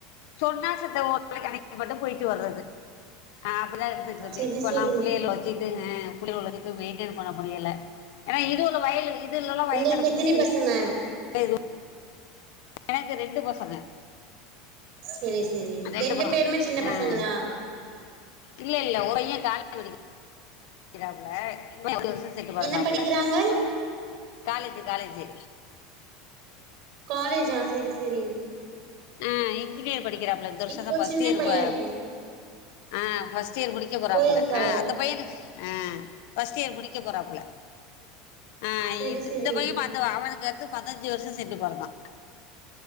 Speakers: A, on the left (about 65°); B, on the right (about 50°).
A: சொன்னா செத்த ஒரு கடைக்கு மட்டு போயிட்டு வர்றது ஆஹ அப்டிதான் இருந்துட்டு இருக்கு
B: செரி
A: இப்போலாம்
B: செரி
A: புள்ளகளா வச்சு துங்க புள்ளைகள்ளது வெய்டென் பண்ண முடியல ஏன்னா இருவது வயதுல இந்து இவளோ
B: உங்களுக்கு
A: வயது
B: எத்தினி
A: புதுசு இல்ல
B: பசங்க
A: கைவு எனக்கு ரெண்டு பசங்க
B: செரி செரி
A: அண்டுப்புறம்
B: ரெண்டு பேருமே சின்ன
A: ஹான்
B: பசங்களா
A: இல்ல இல்ல ஒரேயன் கால <unintelligible> கிராப் புல இவன் பத்துசம் செட்டு பொறதாப்புல
B: என்ன படிக்கிறாங்க
A: காலேஜி காலேஜி
B: காலேஜா செரி செரி
A: ஆஹ் இன்ஜினர் படிக்கிறாப்புல இந்த வருஷம்
B: இப்போ
A: தான் ஃபஸ்ட்யிர்
B: சின்ன பைய
A: பா
B: இருக்கா
A: ஆஹ் வ சீர் முடிக்க போறாப்புல
B: போயிருக்காரு
A: அந்த பயனுக்கு ஹான் ஃபர்ஸ்ட் இயர் முடிக்க போறாப்புல ஆஹ்
B: செரி
A: இ
B: செரி
A: இந்த பய்யன் பார்த்த அவனுக்கு அடுத்து பதினஞ்சு வருஷம் சட்டடு பொறந்தா